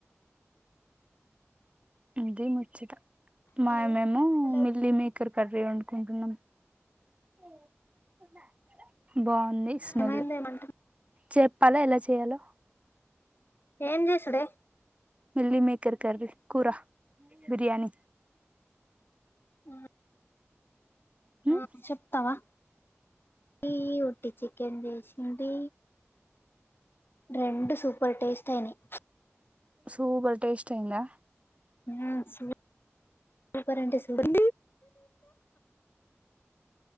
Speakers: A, on the right; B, on the left.
A: అది ముచ్చట మేము
B: హలో
A: ఏమో
B: హలో
A: మిల్లి మీేకర్ కర్రీ వండుకుంటున్నాం <unintelligible> బాగుంది స్మెల్
B: ఏమైంది ఏమంట
A: చెప్పాలా ఎలా చేయాలో
B: ఏం చేసడే
A: మిల్లీ మేకర్ కర్రీ కూరా బిర్యానీ
B: ఆ
A: ఉమ్,
B: ఆ చెప్తావా ఈ ఉట్టి చికెన్ చేసింది రెండు సూపర్ టేస్ట్ అయినాయి
A: సూపర్ టేస్ట్ అయింద
B: ఆ సు సూపర్ అంటే సూపర్